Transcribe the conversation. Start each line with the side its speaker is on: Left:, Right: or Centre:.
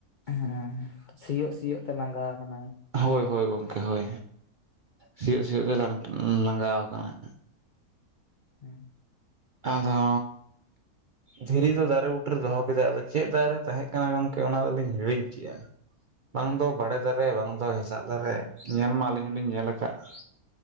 Left: ᱦᱮᱸ ᱥᱤᱭᱳᱜ ᱥᱤᱭᱳᱜ ᱛᱮ ᱞᱟᱸᱜᱟ ᱠᱟᱱᱟᱭ
Right: ᱦᱳᱭ ᱦᱳᱭ ᱜᱚᱝᱠᱮ ᱦᱳᱭ ᱥᱤᱭᱳᱜ ᱥᱤᱭᱳᱜ ᱛᱮ ᱞᱟᱸᱜᱟᱣ ᱠᱟᱱᱟᱭ
Left: ᱦᱮᱸ
Right: ᱟᱫᱚ ᱫᱷᱤᱨᱤ ᱫᱚ ᱫᱟᱨᱮ ᱵᱩᱴᱟᱹᱨᱮ ᱫᱚᱦᱚ ᱠᱮᱫᱟᱭ ᱟᱫᱚ ᱪᱮᱫ ᱫᱟᱨᱮ ᱨᱮ ᱛᱟᱦᱮᱸ ᱠᱟᱱᱟ ᱜᱚᱢᱠᱮ ᱚᱱᱟ ᱫᱚᱞᱤᱧ ᱦᱤᱲᱤᱧ ᱠᱮᱜᱼᱟ᱾ ᱵᱟᱝ ᱫᱚ ᱵᱟᱲᱮ
Left: ᱦᱮᱸ
Right: ᱫᱟᱨᱮ ᱵᱟᱝ ᱫᱚ ᱦᱮᱸᱥᱟᱜ ᱫᱟᱨᱮ ᱧᱮᱞ ᱢᱟ ᱟᱹᱞᱤᱧ ᱦᱚᱞᱤᱧ ᱧᱮᱞ ᱟᱠᱟᱟᱜᱼᱟ᱾